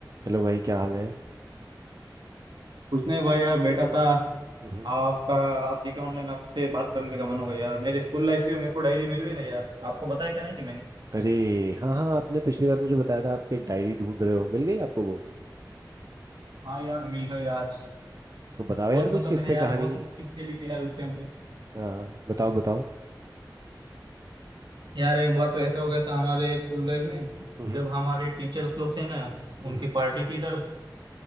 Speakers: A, on the right; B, on the right.
A: Hello भाई क्या हाल है
B: कुछ नहीं भाई यार बैठा था
A: हम्म।
B: आपका आप देखे ऑनलाइन आपसे बात करने का मन हो गया यार मेरे स्कूल लाइफ की मेरे को डायरी मिल गई ना यार आपको बताया क्या नहीं कि मैंने
A: अरे हाँ हाँ आपने पिछली बार मुझे बताया था आपकी एक डायरी ढूंढ रहे हो मिल गई आपको वो
B: हाँ यार मिल गए आज
A: तो बताओ यार
B: बहुत
A: कुछ
B: मतलब
A: किस्से
B: मैंने यार
A: कहानी
B: बहुत किस्से लिखे यार उसके अंदर
A: हाँ बताओ बताओ
B: यार एक बार तो ऐसा हो गया था हमारे स्कूल लाइफ में
A: हम्म
B: जब हमारे टीचर्स लोग थे ना
A: हम्म।
B: उनकी पार्टी थी तब